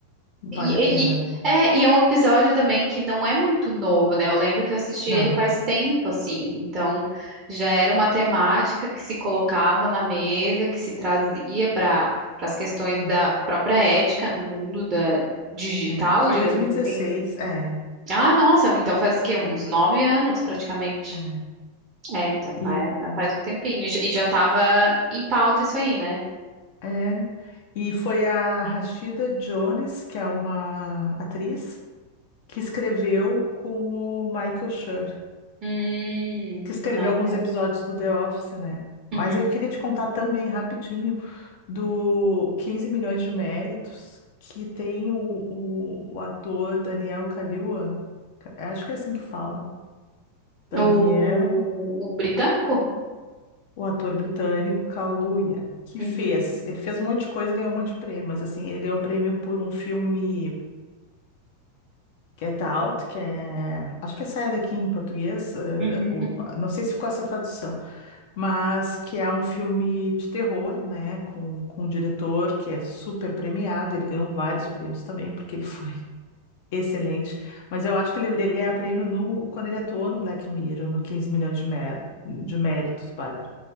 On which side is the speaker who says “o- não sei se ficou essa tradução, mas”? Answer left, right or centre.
Left